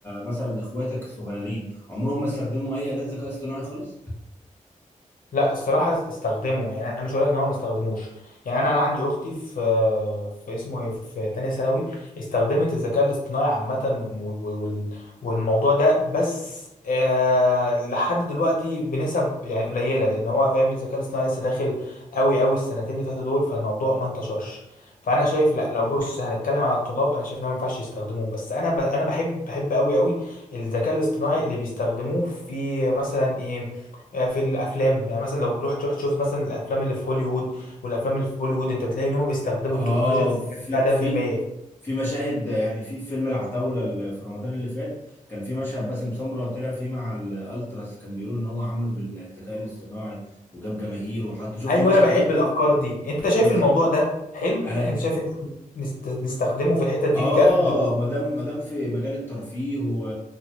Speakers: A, on the left; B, on the left.
A: مثلا اخواتك الصغيرين عمرهم ما استخدموا اي اداه ذكاء اصطناعي خالص
B: لا الصراحة استخدمه يعني أنا مش هقول لك إن هو ما استخدموش يعني أنا أنا عندي أختي في في اسمه إيه في تانية ثانوي استخدمت الذكاء الاصطناعي عامة وال- وال- والموضوع ده بس آه لحد دلوقتي بنسب يعني قليلة لأن هو فاهم الذكاء الاصطناعي لسه داخل أوي أوي السنتين اللي فاتوا دول فالموضوع ما انتشرش فأنا شايف لا لو بص هنتكلم على الطلاب أنا شايف إن هو ما ينفعش يستخدموه بس أنا ب... أنا بحب بحب أوي أوي الذكاء الاصطناعي اللي بيستخدموه في مثلا إيه آه، في الافلام يعني مثلا لو رحت تروح تشوف مثلا الافلام اللي في هوليوود والافلام اللي في بوليوود انت بتلاقي ان هم بيستخدموا
A: اه
B: التكنولوجيا الذكيه
A: في
B: بتاع ده
A: في
B: في المية
A: في مشاهد يعني في فيلم العتاولة اللي في رمضان اللي فات كان في مشهد باسم سمرة طلع فيه مع الالتراس كان بيقولوا ان هو عامله بالذكاء الاصطناعي وجاب جماهير وحطه شفت
B: ايوه
A: المشهد
B: انا بحب
A: ده
B: الافكار دي انت شايف
A: شفت
B: الموضوع ده حلو
A: اي
B: يعني انت شايف ان إحنا نست- نستخدمه في الحتت دي
A: اه
B: بجد
A: ما دام ما دام في مجال الترفيه و...